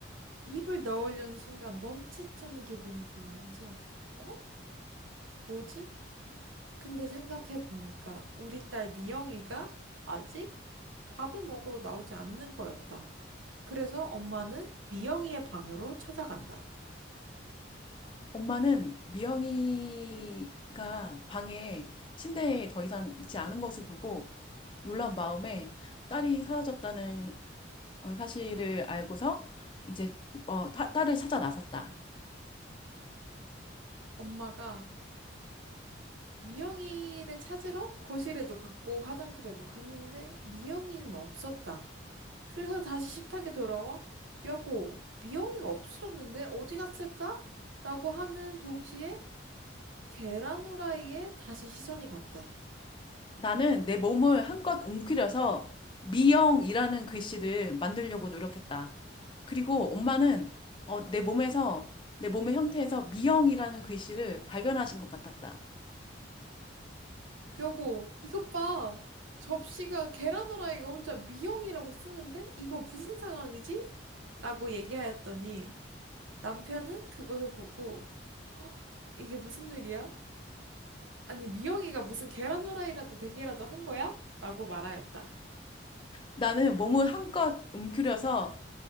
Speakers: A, on the right; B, on the left.
A: 입을 넣으려는 순간 멈칫하는 기분이 들면서, 어? 뭐지? 근데 생각해 보니까 우리 딸 미영이가 아직 밥을 먹으러 나오지 않는 거였다. 그래서 엄마는 미영이의 방으로 찾아간다.
B: 엄마는 미영이가 방에 침대에 더 이상 있지 않은 것을 보고 놀란 마음에 딸이 사라졌다는 어, 사실을 알고서 이제 어, 타- 딸을 찾아 나섰다.
A: 엄마가 미영이를 찾으러 거실에도 갔고 화장실에도 갔는데 미영이는 없었다. 그래서 다시 식탁에 돌아와 여보, 미영이가 없어졌는데 어디 갔을까? 라고 하는 동시에 계란 후라이에 다시 시선이 갔다.
B: 나는 내 몸을 한껏 움츠려서 미영이라는 글씨를 만들려고 노력했다. 그리고 엄마는 어, 내 몸에서, 내 몸의 형태에서 미영이라는 글씨를 발견하신 것 같았다.
A: 여보, 이것 봐. 접시가 계란 후라이가 혼자 미영이라고 쓰는데 이거 무슨 상황이지? 라고 얘기하였더니 남편은 그것을 보고 "허, 이게 무슨 일이야? 아니, 미영이가 무슨 계란 후라이라도 되기라도 한 거야? 라고 말하였다.
B: 나는 몸을 한껏 움츠려서